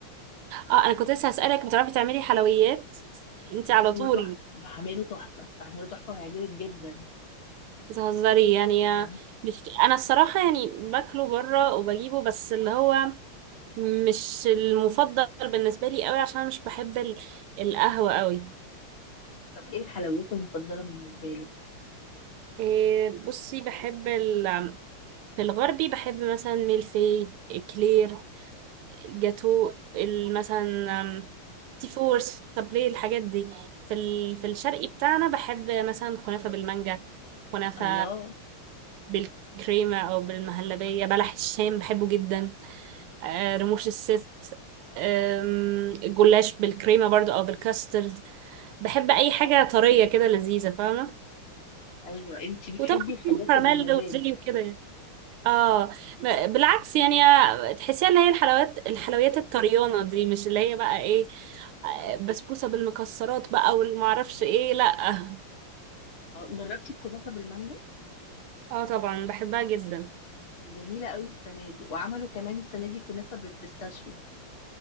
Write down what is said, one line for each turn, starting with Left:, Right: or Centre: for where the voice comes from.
Right: اه انا كنت لسه هسألك بتعرفي تعملي حلويات
Left: التراميسو
Right: انتي على طول
Left: تحفة بعمله تحفة بعمله تحفة وهيعجبك جدا
Right: بتهزري يعني
Left: بعمل-
Right: آه، مش انا الصراحة يعني باكله بره وبجيبه بس اللي هو مش المفضل بالنسبة لي قوي عشان أنا مش بحب ال- القهوة قوي
Left: طب ايه الحلويات المفضلة بالنسبة لك
Right: إيه بصي بحب ال... في الغربي بحب مثلا ميلفي اكلير الجاتو ال- مثلا أم، بتي فور سابلي الحاجات دي في ال... في الشرقي بتاعنا بحب مثلا كنافة بالمانجا كنافة
Left: الله
Right: بالكريمة أو بالمهلبية بلح الشام بحبه جدا آه، رموش الست آم، الجلاش بالكريمة برضو أو بالكاسترد بحب أي حاجة طرية كده لذيذة فاهمة
Left: ايوه انتي بتحبي
Right: وطبعا
Left: الحاجات
Right: في كراميل
Left: اللي بمزاج
Right: وزيلي وكده يعني. اه ب- بالعكس يعني آه، تحسيها اللي هي الحلويات الحلويات الطريانة دي مش اللي هي بقى ايه آه، بسبوسة بالمكسرات بقى والمعرفش ايه لا
Left: اه جربتي الكنافة بالمانجا
Right: اه طبعا بحبها جدا
Left: كانت جميلة قوي السنة دي وعملوا كمان السنة دي كنافة بالبيستاشيو